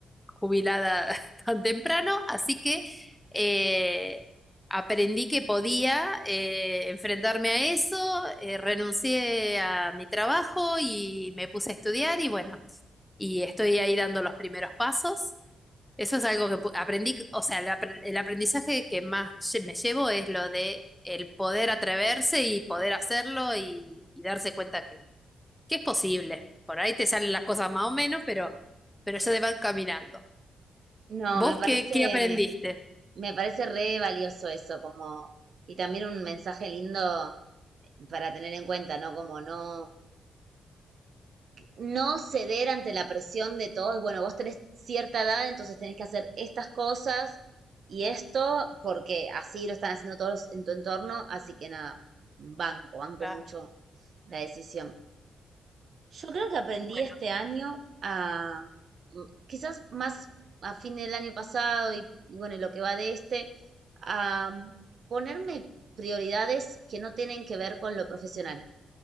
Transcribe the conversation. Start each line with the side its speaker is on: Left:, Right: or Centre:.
Centre: jubilada <laughs> tan temprano, así que eh, aprendí que podía eh, enfrentarme a eso, eh, renuncié a mi trabajo y me puse a estudiar y bueno, y estoy ahí dando los primeros pasos. Eso es algo que pu- aprendí, o sea, el apre- el aprendizaje que más lle- me llevo es lo de el poder atreverse y poder hacerlo y, y darse cuenta que, que es posible. Por ahí te salen las cosas más o menos, pero, pero ya te van caminando.
Right: No,
Centre: ¿Vos
Right: me parece,
Centre: qué, qué aprendiste?
Right: me parece re valioso eso, como, y también un mensaje lindo para tener en cuenta, ¿no? Como no, no ceder ante la presión de todos. Bueno, vos tenés cierta edad, entonces tenés que hacer estas cosas y esto, porque así lo están haciendo todos en tu entorno, así que nada, banco, banco
Centre: Claro,
Right: mucho la decisión. Yo creo que aprendí
Centre: Bueno,
Right: este año a, mm, quizás más a fin del año pasado y y bueno, y lo que va de este, a mm, ponerme prioridades que no tienen que ver con lo profesional.